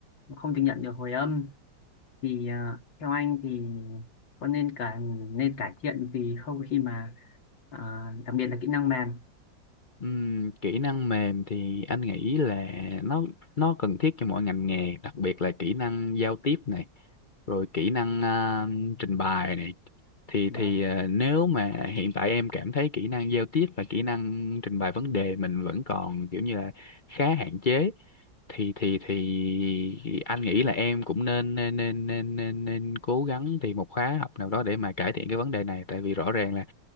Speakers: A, on the left; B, on the left.
A: không được nhận được hồi âm thì à, theo anh thì có nên cả nên cải thiện gì không khi mà à, đặc biệt là kỹ năng mềm
B: Ừm, kỹ năng mềm thì anh nghĩ là nó nó cần thiết cho mỗi ngành nghề, đặc biệt là kỹ năng giao tiếp này, rồi kỹ năng à, trình bày này. Thì
A: vâng
B: thì à, nếu mà hiện tại em cảm thấy kỹ năng giao tiếp và kỹ năng trình bày vấn đề mình vẫn còn kiểu như là khá hạn chế thì thì thì anh nghĩ là em cũng nên nên nên nên nên, nên cố gắng tìm một khóa học nào đó để mà cải thiện cái vấn đề này tại vì rõ ràng là